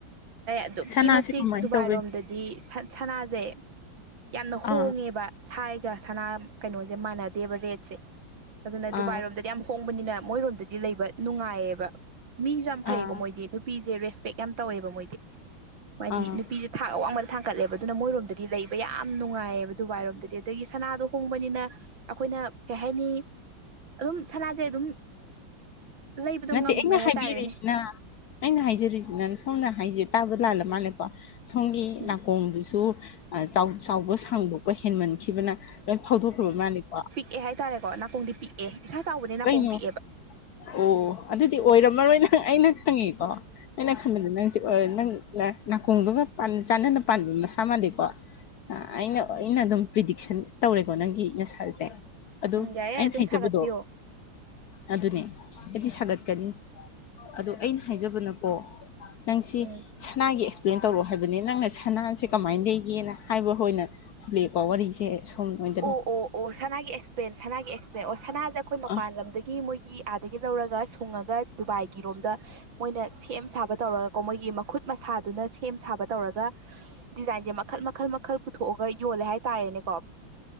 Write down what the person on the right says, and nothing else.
ꯑꯗꯨꯛꯀꯤ
ꯃꯇꯤꯛ
ꯗꯨꯕꯥꯏꯔꯣꯝꯗꯗꯤ
ꯁ ꯁꯅꯥꯖꯦ ꯌꯥꯝꯅ ꯍꯣꯡꯉꯦꯕ
ꯁꯥꯏꯒ ꯁꯅꯥ ꯀꯩꯅꯣꯁꯦ ꯃꯥꯟꯅꯗꯦꯕ ꯔꯦꯠꯁꯦ ꯑꯗꯨꯅ ꯗꯨꯕꯥꯏꯔꯣꯝꯗꯗꯤ
ꯌꯥꯝ ꯍꯣꯡꯕꯅꯤꯅ ꯃꯣꯏꯔꯣꯝꯗꯗꯤ ꯂꯩꯕ ꯅꯨꯡꯉꯥꯏꯌꯦꯕ꯫ ꯃꯤꯁꯨ ꯌꯥꯝ ꯐꯩꯀꯣ
ꯃꯣꯏꯗꯤ ꯅꯨꯄꯤꯖꯦ ꯔꯦꯁꯄꯦꯛ ꯌꯥꯝ ꯇꯧꯋꯦꯕ ꯃꯣꯏꯗꯤ ꯃꯥꯏꯗꯤ
ꯅꯨꯄꯤꯖꯦ ꯊꯥꯛ ꯑꯋꯥꯡꯕꯗ ꯊꯥꯡꯀꯠꯂꯦꯕ ꯑꯗꯨꯅ ꯃꯣꯏꯔꯣꯝꯗꯗꯤ ꯂꯩꯕ ꯌꯥꯝ ꯅꯨꯡꯉꯥꯏꯌꯦꯕ ꯗꯨꯕꯥꯏꯔꯣꯝꯗꯗꯤ ꯑꯗꯒꯤ ꯁꯅꯥꯗꯣ ꯍꯣꯡꯕꯅꯤꯅ ꯑꯩꯈꯣꯏꯅ ꯀꯩ ꯍꯥꯏꯅꯤ ꯑꯗꯨꯝ ꯁꯅꯥꯁꯦ ꯑꯗꯨꯝ ꯂꯩꯕꯗꯣ
ꯉꯝꯃꯦ
ꯍꯥꯏꯇꯥꯔꯦꯅꯦ
ꯎꯝ
ꯑꯦ ꯍꯥꯏꯇꯥꯔꯦꯀꯣ ꯅꯥꯀꯣꯡꯗꯤ ꯄꯤꯛꯑꯦ ꯏꯁꯥ ꯆꯥꯎꯕꯅꯦ ꯅꯥꯀꯣꯡ
ꯄꯤꯛꯑꯦꯕ
ꯎꯝ ꯌꯥꯏꯌꯦ
ꯑꯗꯨꯝ
ꯁꯥꯒꯠꯄꯤꯌꯣ
ꯎꯝ
ꯑꯣ ꯑꯣ ꯑꯣ ꯁꯅꯥꯒꯤ ꯑꯦꯛꯁꯄ꯭ꯂꯦꯟ ꯁꯅꯥꯒꯤ ꯑꯦꯛꯁꯄ꯭ꯂꯦꯟ ꯑꯣ ꯁꯅꯥꯁꯦ ꯑꯩꯈꯣꯏ ꯃꯄꯥꯟ
ꯂꯝꯗꯒꯤ ꯃꯣꯏꯒꯤ ꯑꯥꯗꯒꯤ ꯂꯧꯔꯒ ꯁꯨꯡꯉꯒ ꯗꯨꯕꯥꯏꯒꯤꯔꯣꯝꯗ ꯃꯣꯏꯅ ꯁꯦꯝ ꯁꯥꯕ ꯇꯧꯔꯒꯀꯣ ꯃꯣꯏꯒꯤ ꯃꯈꯨꯠ <unintelligible> ꯃꯁꯥꯗꯨꯅ ꯁꯦꯝ ꯁꯥꯕ ꯇꯧꯔꯒ ꯗꯤꯖꯥꯏꯟꯁꯦ ꯃꯈꯜ ꯃꯈꯜ ꯃꯈꯜ ꯄꯨꯊꯣꯛꯑꯒ ꯌꯣꯜꯂꯦ ꯍꯥꯏꯇꯥꯔꯦꯅꯦꯀꯣ